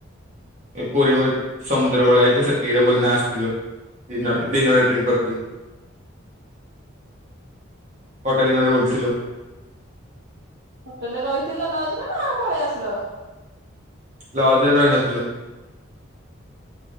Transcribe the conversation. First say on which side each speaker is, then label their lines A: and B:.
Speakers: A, on the right; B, on the right.
A: ଏଇ ପୁରୀ ମ ସମୁଦ୍ର କୂଳ ଯାଇଚୁ ସେତିିକିରେ ବୁଲିନା ଆସଥିଲୁ। ଦିନରେ ଦିନରେ ଟ୍ରିପ୍ କରଥିଲୁ। ଗୋଟେ ଦିନରେ ବୁଲିଥିଲୁ।
B: ହୋଟେଲ ରେ ରହିଥିଲ ଲଜ ରେ ନା ଆଉ ପଳେଇ ଆସିଲ?
A: ଲଜ ରେ ରହିନଥିଲୁ।